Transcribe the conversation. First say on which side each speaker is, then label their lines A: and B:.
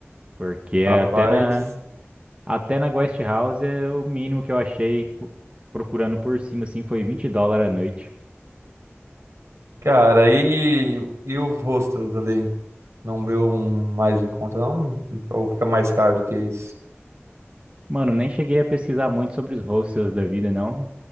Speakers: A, on the right; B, on the right.
A: Porque
B: Rapaz,
A: até na, até na Guest House, é o mínimo que eu achei pro- procurando por cima, assim, foi 20 dólares a noite.
B: cara, e, e os hostels ali? Não vê um mais em conta, não? Ou fica mais caro do que isso?
A: Mano, nem cheguei a pesquisar muito sobre os hostels da vida, não.